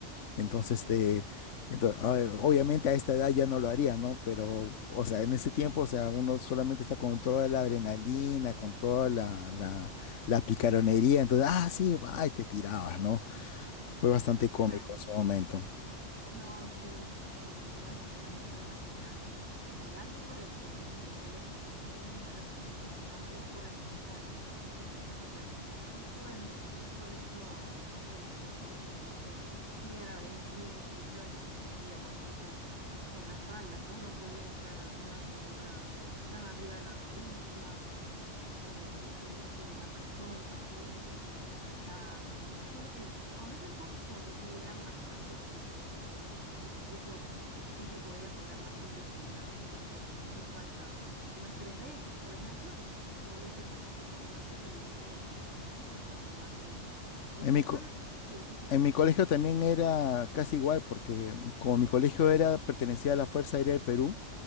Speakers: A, on the left (about 75°); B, on the right (about 65°).
A: Entonces, este, ento- ah, obviamente a esta edad ya no lo haría, ¿no? Pero, o sea, en ese tiempo, o sea, uno solamente está con toda la adrenalina, con toda la, la, la picaronería. Entonces, ah, sí, va, y te tirabas, ¿no? Fue bastante cómico
B: claro.
A: en su momento.
B: No, sí, sí, sí, de todas maneras me puedo imaginar. Y algo por lo que en mi colegio también te reprendían bastante es por el uniforme. No sé si te pasó, pero yo estuve en, en un colegio religioso, entonces sí era bien, bien estricto en ese sentido. Por ejemplo, con las faldas, ¿no? No podía estar más arriba, tan arriba de la rodilla o, o tenías que llevar la chompa siempre, ¿no? Una casaca. mm, Tiene que, eh, con esas cosas como que sí eran bastante estrictos en, en mi cole. Incluso sí se podía poner más serio si ya cometías la misma falta unas tres veces, por ejemplo, y, y ahí ya te, pos- te ponían pues el emérito, ¿no? Una sanción así. ¿En
A: En
B: tu
A: mi, co-
B: cole cómo es el- ese tema?
A: en mi colegio también era casi igual, porque como mi colegio era, pertenecía a la Fuerza Aérea del Perú,